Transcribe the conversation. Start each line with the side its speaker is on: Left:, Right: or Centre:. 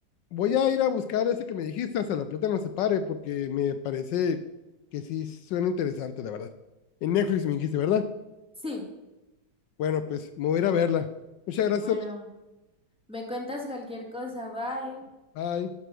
Left: voy a ir a buscar ese que me dijiste, hasta la plata no se pare, porque me parece que sí suena interesante, la verdad. En Netflix me dijiste, ¿verdad?
Centre: Sí.
Left: Bueno, pues me voy a ir a verla. Muchas gracias,
Centre: Bueno,
Left: amiga.
Centre: me cuentas cualquier cosa. Bye.
Left: Bye.